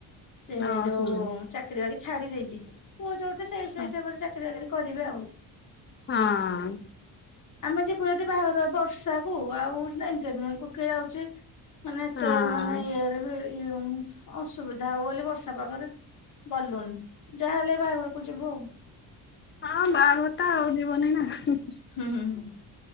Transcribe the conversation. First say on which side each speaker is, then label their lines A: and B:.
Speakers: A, on the left; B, on the left.
A: ସେ
B: ଓହୋ
A: ଯୋଉ ଚାକ୍ ଚାକିରି ବାକିରି ଛାଡି ଦେଇଚି। ପୁଅ ଯୋଉଠି ସେଇ ସେଇଠି
B: ହଁ।
A: ଚାକିରି ବାକିରି କରିବେ ଆଉ।
B: ହଁ
A: ଆମେ ଯିବୁ ଯଦି ବାହାଘର ବର୍ଷା କୁ ଆଉ ଏନଗେଜମେଣ୍ଟ କୁ କିଏ ଯାଉଚି। ମାନେ ଏତେ
B: ହଁ
A: ମେ ମାନେ ଇଆଡେ ବି ଇଉମ୍ ଅସୁବିଧା ହବ ବୋଲି ବର୍ଷା ପାଗରେ ଗଲୁନି। ଯାହାହେଲେ ବାହାଘରକୁ ଯିବୁ ଆଉ।
B: ହଁ ବାହାଘରଟା ଆଉ ଯିବୁନି ନା ହୁଁ ହୁଁ
A: ହୁଁ ହୁଁ ହୁଁ